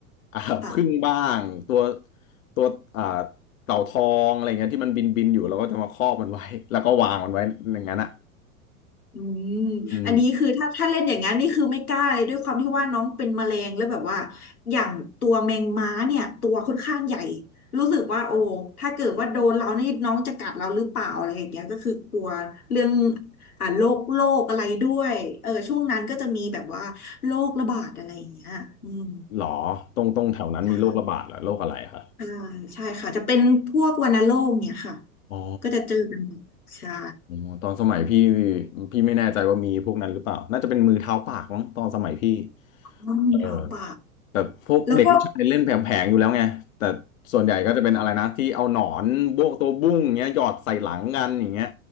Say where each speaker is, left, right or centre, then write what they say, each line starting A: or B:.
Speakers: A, on the left; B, on the left.
A: อ่าผึ้งบ้างตัว
B: ค่ะ
A: ตัวอ่าเต่าทองอะไรเงี้ยที่มันบินบินอยู่เราก็จะมาครอบมันไว้แล้วก็วางมันไว้อย่างนั้นอ่ะ
B: อืม
A: อืม
B: อันนี้คือถ้าถ้าเล่นอย่างนั้นนี่คือไม่กล้าเลยด้วยความที่ว่าน้องเป็นแมลงแล้วแบบว่าอย่างตัวแมงม้าเนี่ยตัวค่อนข้างใหญ่รู้สึกว่าโอ้ถ้าเกิดว่าโดนเรานี่น้องจะกัดเราหรือเปล่าอะไรอย่างเงี้ยก็คือกลัวเรื่องอ่าโรคโรคอะไรด้วยเออช่วงนั้นก็จะมีแบบว่าโรคระบาดอะไรอย่างเงี้ยอืม
A: หรอตรงตรงแถวนั้นมีโรคระบาดเหรอโรคอะไรคะ
B: ใช่ใช่ใช่ค่ะจะเป็นพวกวัณโรคเนี่ยค่ะ
A: อ๋อ
B: ก็จะเจอกันบ่อยใช่
A: อ๋อตอนสมัยพี่พี่ไม่แน่ใจว่ามีพวกนั้นหรือเปล่าน่าจะเป็นมือเท้าปากมั้งตอนสมัยพี่
B: อืมเท้าปาก
A: เออแต่พวกเด็กผู้ชายเล่นแผลงๆอยู่แล้วไงแต่ส่วนใหญ่ก็จะเป็นอะไรนะที่เอาหนอนบวกตัวบุ้งอย่างเงี้ยหยอดใส่หลังกันอย่างเงี้ย
B: แล้วก็